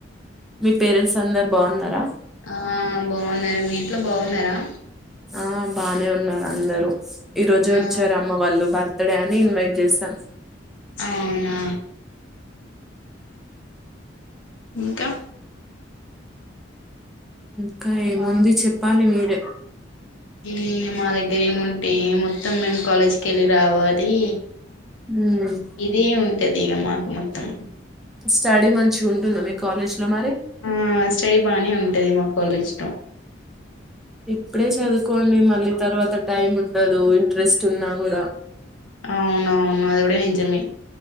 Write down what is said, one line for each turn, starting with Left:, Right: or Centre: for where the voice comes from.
Centre: మీ పేరెంట్స్ అందరు బాగున్నారా
Left: ఆ బాగున్నారా మీ ఇంట్లో బాగున్నారా
Centre: ఆ బానే ఉన్నారు అందరూ ఈ రోజు
Left: ఆ
Centre: వచ్చారు అమ్మ వాళ్ళు బర్త్డే అని ఇన్వైట్ చేశాన్
Left: అవునా ఇంకా
Centre: ఇంకా ఏముంది చెప్పాలి మీరే
Left: ఈ మా దగ్గర ఏముంటే ఏమ త్తమే కాలేజకి వెళ్ళి రావాలి
Centre: ఉమ్,
Left: ఇదే ట్టది మాకు మొత్తం
Centre: స్టడీ మంచిగుంటుందా మీ కాలేజ్ లో మరి
Left: ఆ స్టడీ బాగానే ఉంటది మా కాలేజ్ లో
Centre: ఇప్పుడే చదువుకోండి మ ళ్ళీ తర్వాత టైమ్ ఉండదు ఇంట్రెస్ట్ ఉన్నా కూడా
Left: అవున అవును అది కూడ నిజమే